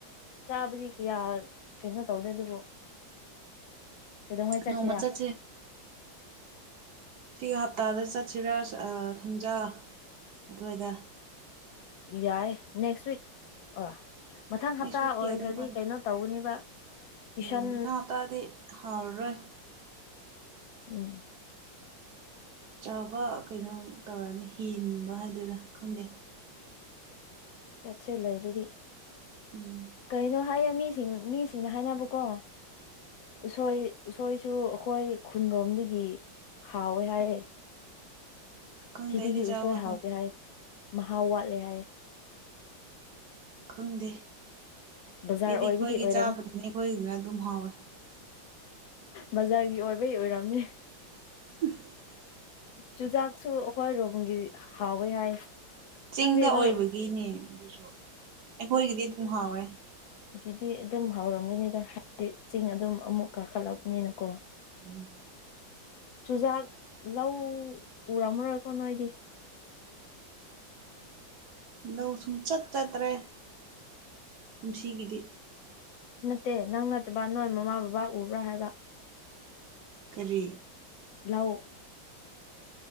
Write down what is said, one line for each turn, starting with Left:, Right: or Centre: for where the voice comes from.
Left: ꯆꯥꯕꯗꯤ ꯀꯌꯥ ꯀꯩꯅꯣ ꯇꯧꯗꯦ ꯑꯗꯨꯕꯨ ꯀꯩꯗꯧꯉꯩ ꯆꯠꯁꯤꯔꯥ
Right: ꯅꯣꯡꯃ ꯆꯠꯁꯦ ꯁꯤ ꯍꯞꯇꯥꯗ ꯆꯠꯁꯤꯔꯥ ꯊꯝꯖ ꯑꯗꯨꯋꯥꯏꯗ
Left: ꯌꯥꯏ ꯅꯦꯛꯁ ꯋꯤꯛ ꯑ ꯃꯊꯪ ꯍꯞꯇꯥ
Right: ꯅꯦꯛꯁ ꯋꯤꯛꯇꯤ
Left: ꯑꯣꯏꯈ꯭ꯔꯗꯤ
Right: ꯌꯥꯗꯧ ꯃꯥꯟꯗꯦ
Left: ꯀꯩꯅꯣ ꯇꯧꯒꯅꯤꯕ ꯇꯨꯏꯁꯟ
Right: ꯎꯝ ꯃꯊꯥꯡ ꯍꯞꯇꯥꯗꯤ ꯍꯥꯎꯔꯔꯣꯏ
Left: ꯎꯝ
Right: ꯆꯥꯕ ꯀꯩꯅꯣ ꯇꯧꯔꯅꯤ ꯍꯦꯟꯕ ꯍꯥꯏꯗꯅꯥ ꯈꯪꯗꯦ
Left: ꯆꯠꯁꯦ ꯂꯩꯔꯗꯒꯤ
Right: ꯎꯝ
Left: ꯀꯩꯅꯣ ꯍꯥꯏꯌꯦ ꯃꯤꯁꯤꯡ ꯃꯤꯁꯤꯡꯅ ꯍꯥꯏꯅꯕꯀꯣ ꯎꯁꯣꯏ ꯎꯁ ꯁꯨ ꯑꯩꯈꯣꯏ ꯈꯨꯟꯔꯣꯝꯗꯒꯤ ꯍꯥꯎꯋꯦ ꯍꯥꯏꯌꯦ
Right: ꯈꯪꯗꯦ
Left: ꯁꯤꯗꯒꯤ
Right: ꯑꯩꯗꯤ ꯆꯥꯕ
Left: ꯎꯁꯣꯏ ꯍꯥꯎꯗꯦ ꯍꯥꯏ ꯃꯍꯥꯎ ꯋꯥꯠꯂꯦ ꯍꯥꯏ
Right: ꯈꯪꯗꯦ
Left: ꯕꯖꯥꯔ
Right: ꯑꯩꯗꯤ
Left: ꯑꯣꯏꯕꯒꯤ
Right: ꯑꯩꯈꯣꯏꯒꯤ
Left: ꯑꯣꯏꯔꯝ
Right: ꯆꯥꯕꯅꯤꯅ ꯑꯩꯈꯣꯏꯒꯤꯗꯨꯅ ꯑꯗꯨꯝ ꯍꯥꯎꯋꯦ
Left: ꯕꯖꯥꯔꯒꯤ ꯑꯣꯏꯕꯩ ꯑꯣꯏꯔꯝꯅꯦ
Right: <unintelligible>
Left: ꯆꯨꯖꯥꯛꯁꯨ ꯑꯩꯈꯣꯏ ꯔꯣꯝꯒꯤ ꯍꯥꯎꯋꯦ ꯍꯥꯏ
Right: ꯆꯤꯡꯗ
Left: ꯈꯪꯗꯦ
Right: ꯑꯣꯏꯕꯒꯤꯅꯦ
Left: ꯅꯣꯏ
Right: ꯑꯗꯨꯁꯨ ꯑꯩꯈꯣꯏꯒꯤꯗꯤ ꯑꯗꯨꯝ ꯍꯥꯎꯋꯦ
Left: ꯑꯗꯨꯗꯤ ꯑꯗꯨꯝ ꯍꯥꯎꯔꯝꯒꯅꯤꯗ ꯍꯥꯏꯗꯤ ꯆꯤꯡ ꯑꯗꯨꯝ ꯑꯃꯨꯛ ꯀꯥꯈꯠꯂꯛꯅꯤꯅꯀꯣ
Right: ꯎꯝ
Left: ꯆꯨꯖꯥꯛ ꯂꯧ ꯎꯔꯝꯃꯔꯣꯏꯀꯣ ꯅꯣꯏꯗꯤ
Right: ꯂꯧ ꯁꯨꯝ ꯆꯠ ꯆꯠꯇ꯭ꯔꯦ ꯀꯨꯝꯁꯤꯒꯤꯗꯤ
Left: ꯅꯠꯇꯦ ꯅꯪ ꯅꯠꯇꯕ ꯅꯣꯏ ꯃꯃꯥ ꯕꯕꯥ ꯎꯕ꯭ꯔꯥ ꯍꯥꯏꯕ
Right: ꯀꯔꯤ
Left: ꯂꯎ